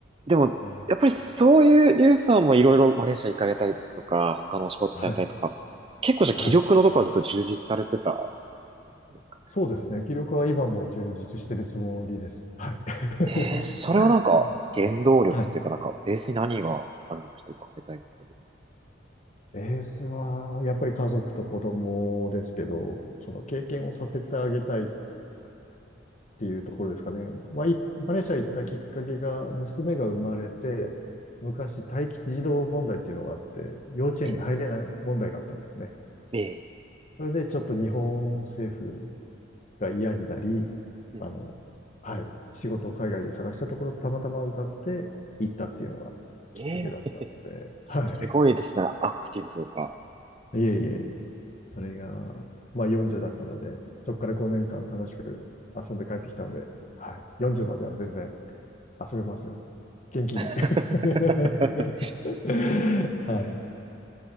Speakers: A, on the right (about 30°); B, on the left (about 40°).
A: でも、
B: うん
A: やっぱりそういう、リュウさんもいろいろマレーシア行かれたりですとか、他のお仕事されたりとか、
B: はい。
A: 結構じゃあ気力のとこはずっと充実されてた
B: はい。
A: んですか
B: そうですね。気力は今も充実してるつもりです。はい。
A: ね。えー、それはなんか、
B: <laughs>
A: 原動力っていうか、
B: はい。はい
A: なんか、ベースに何があるのかちょっと伺いたいですけども。
B: ベースは、やっぱり家族と子供ですけど、その経験をさせてあげたいっていうところですかね。まあ、いマレーシア行ったきっかけが、娘が生まれて、昔、待機児童問題っていうのがあって、幼稚園に入れない問題があったんですね。
A: え、え
B: それでちょっと日本政府が嫌になり、
A: ー、え
B: あの、はい、仕事を海外で探したところ、たまたま受かって行ったっていうのがきっかけだったので、
A: ええー、
B: はい。
A: すごいですね。アクティブというか。
B: いえいえ、それが、まあ40だったので、そこから5年間楽しく遊んで帰ってきたので、はい、40までは全然遊べますよ。元気に。
A: <laughs>
B: <laughs> はい。